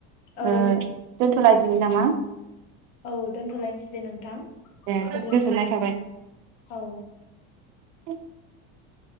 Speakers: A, on the left; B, on the right.
A: औ
B: ओ दोन थ' लायदिनि नामा
A: औ दोनथ'लायनोसै दे नोंथां
B: दे
A: गोजोनथों
B: गोजोननाय थाबाय
A: औ
B: <inaudible>